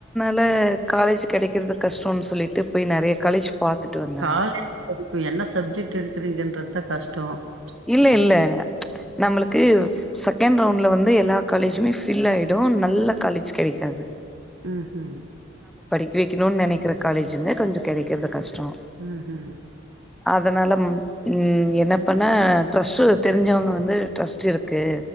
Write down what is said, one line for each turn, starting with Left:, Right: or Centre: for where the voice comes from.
Centre: ல காலேஜ் கிடைக்கிறது கஷ்டம்ன்னு சொல்லிட்டு போய் நிறைய காலேஜ் பார்த்துட்டு வந்த
Right: காலேஜ் <inaudible> என்ன சப்ஜெக்ட் எடுக்கிறங்றதுதான் கஷ்டம் தோ
Centre: இல்ல இல்ல நம்மளுக்கு செகண்ட் ரவுண்ட்ல வந்து எல்லா காலேஜுமே ஃபில் ஆயிடும் நல்ல காலேஜ் கிடைக்காது
Right: உம் உம்
Centre: படிக்க வைக்கணும்னு நினைக்கிற காலேஜ் வந்து கொஞ்ச கிடைக்கிறது கஷ்டம்
Right: உம் உம்
Centre: அதனால உம் என்ன பன் ஆனா ட்ரஸ்ட்டு தெரிஞ்சவங்க வந்து ட்ரஸ்ட் இருக்கு